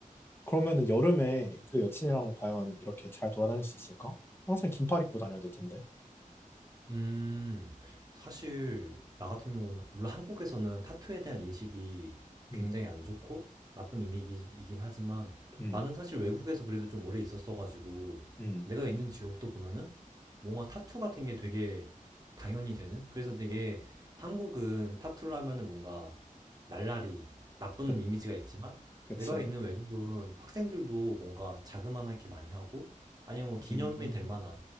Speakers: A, on the left; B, on the right.
A: 그러면은 여름에 그 여친이랑 과연 이렇게 잘 돌아다닐 수 있을까? 항상 긴팔 입고 다녀야 될 텐데.
B: 음. 사실 나 같은 경우는 물론 한국에서는 타투에 대한 인식이
A: 음,
B: 굉장히 안 좋고 나쁜 이미지이긴 하지만
A: 음,
B: 나는 사실 외국에서 그래도 좀 오래 있었어가지고
A: 음.
B: 내가 있는 지역도 보면은 뭔가 타투 같은 게 되게 당연히 되는 그래서 되게 한국은 타투를 하면은 뭔가 날라리 나쁜
A: 그,
B: 이미지가 있지만
A: 그치.
B: 내가 있는 외국은 학생들도 뭔가 자그만하게 많이 하고 아니면 뭐 기념이
A: 음, 음.
B: 될 만한